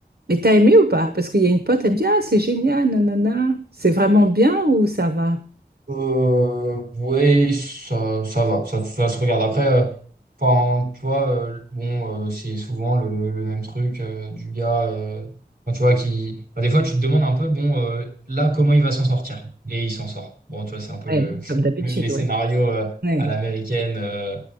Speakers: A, on the right (about 70°); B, on the right (about 55°).
A: Mais t'as aimé ou pas? Parce qu'il y a une pote, elle me dit, Ah, c'est génial, nanana. C'est vraiment bien ou ça va?
B: Euh, oui, ça, ça va, ça, ça se regarde. Après, euh, enfin, tu vois, euh, bon, euh, c'est souvent le, le même truc euh, du gars, euh, enfin, tu vois, qui. enfin, des fois, tu te demandes un peu, bon, euh, là, comment il va s'en sortir? Et il s'en sort. Bon, tu vois, c'est un peu
A: Ouais,
B: le,
A: bon,
B: <laughs>
A: comme d'habitude,
B: les scénarios
A: ouais.
B: euh,
A: Ouais.
B: à l'américaine. euh.